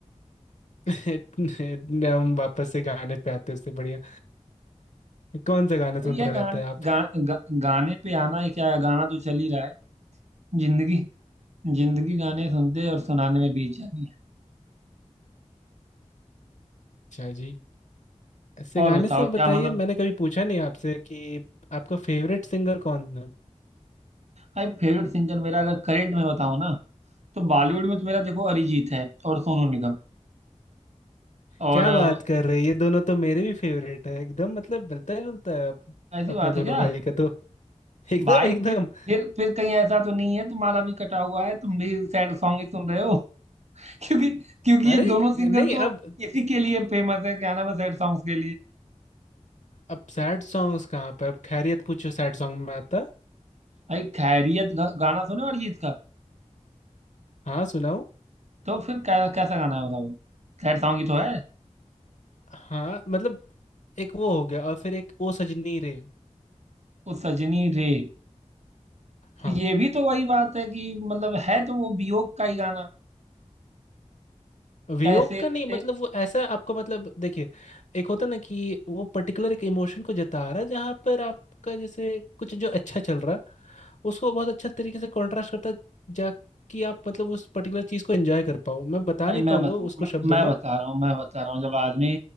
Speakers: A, on the left; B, on the right.
A: <laughs> इतने हम वापस से गाने पे आते हैं उससे बढ़िया कौन सा गाना सुन
B: ये
A: रहे
B: गान,
A: थे आप
B: गा, गा, गाने पे आना है क्या है? गाना तो चल ही रहा है जिंदगी जिंदगी गाने सुनते और सुनाने में बीत जानी है
A: अच्छा जी ऐसे
B: और
A: गाने
B: बताओ
A: से
B: क्या
A: बताइए
B: मतलब
A: मैंने कभी पूछा नहीं आपसे कि आपका फेवरेट सिंगर कौन है
B: भाई फेवरेट सिंगर मेरा अगर करेंट में बताऊं ना तो बॉलीवुड में तो मेरा देखो अरिजीत है और सोनू निगम और
A: क्या
B: अ,
A: बात कर रहे हैं ये दोनों तो मेरे भी फेवरेट है एकदम मतलब मिलता जुलता है अप-
B: ऐसी
A: अपना
B: बात
A: दोनों
B: है क्या
A: भाई का तो। एकदम
B: भाई
A: एकदम
B: फिर फिर फिर कहीं ऐसा तो नहीं है तुम्हारा भी कटा हुआ है तुम भी सैड सॉन्ग ही सुन रहे हो <laughs> क्योंकि क्योंकि
A: अरे
B: ये दोनों सिंगर
A: नहीं
B: तो
A: अब
B: इसी के लिए फेमस है क्या नाम है सैड सॉन्ग्स के लिए
A: अब सैड सॉन्ग्स कहाँ पर अब खैरियत पूछो सैड सॉन्ग में आता
B: भाई खैरियत गा- गाना सुने अरिजीत का
A: हाँ सुनाओ
B: तो फिर कै, कैसा गाना है बताओ सैड सॉन्ग ही तो है
A: हाँ मतलब एक वो हो गया और फिर एक ओ सजनी रे
B: उस सजनी रे तो
A: हाँ
B: ये भी तो वही बात है कि मतलब है तो वो वियोग का ही गाना
A: वियोग
B: कैसे
A: का नहीं
B: कटे
A: मतलब वो ऐसा आपको मतलब देखिए एक होता ना कि वो पर्टिकुलर एक इमोशन को जता रहा है जहाँ पर आपका जैसे कुछ जो अच्छा चल रहा है उसको बहुत अच्छा तरीके से कॉन्ट्रास्ट करता है, जा कि आप मतलब उस पर्टिकुलर चीज़ को एंजॉय कर पाओ मैं बता
B: भाई
A: नहीं
B: मैं
A: पाऊंगा
B: बताऊँ
A: उसको
B: मैं,
A: शब्दों
B: मैं
A: में
B: बता
A: <laughs>
B: रहा हूँ मैं बता रहा हूँ जब आदमी